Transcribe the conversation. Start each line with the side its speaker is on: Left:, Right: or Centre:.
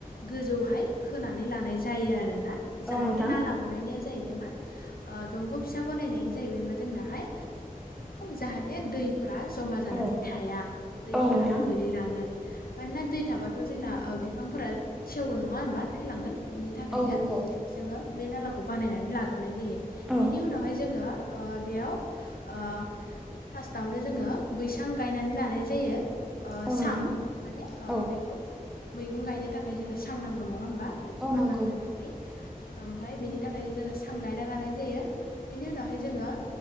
Left: गोजौहाय खानै लानाय जा जायो आरोना जाहाथे
Centre: औ नोंथां
Left: नाला बनायनाया जाहैबाय मा ओ दंग फिसा बनायनायानो जाहैबाय मा जोनाहाय जाहाथे दै फोरा जमा जानानै
Centre: औ
Left: थाया दैफोरा
Centre: औ नोंथां
Left: गोलैलाङो मानोना दै थाबा थ' जोंना ओ बिफांफोरा सेवगोन नङा होनबा थैलांगोन बिनि थाखायनो
Centre: औ नंगौ
Left: जोङो बे नालाखौ बानायनानै लाग्रोनाय जायो
Centre: औ
Left: बेनि उनावहाय जोङो ओ बेयाव ओ फार्स्टआवनो जोङो बैसां गायनानै लानाय जायो ओ
Centre: औ
Left: सां
Centre: नोंथां
Left: माने
Centre: औ
Left: बेखौ मैगं गायनो थाखाय जोंनो सां नांगौ नङा होमबा बेखौ
Centre: औ
Left: मानला
Centre: नंगौ
Left: होनो थाखाय ओमफ्राय बेनि थाखायनो जोङो सां गायना लानाय जायो बेनि उनावहाय जोङो